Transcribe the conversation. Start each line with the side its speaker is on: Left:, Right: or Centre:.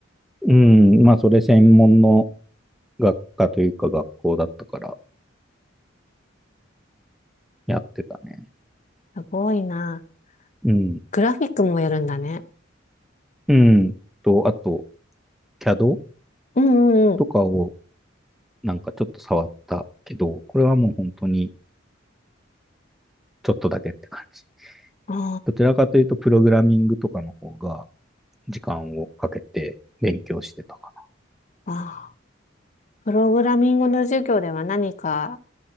Centre: うん、まあ、それ専門の学科というか学校だったからやってたね。
Left: すごいな。
Centre: うん。
Left: グラフィックもやるんだね。
Centre: うん。と、あと、CAD
Left: うんうん
Centre: とかをなんかちょっと触ったけど、これはもう本当にちょっとだけって感じ。
Left: あ
Centre: どちらかというと、プログラミングとかの方が時間をかけて勉強してたか
Left: あ、ああ。プログラミングの授業では何か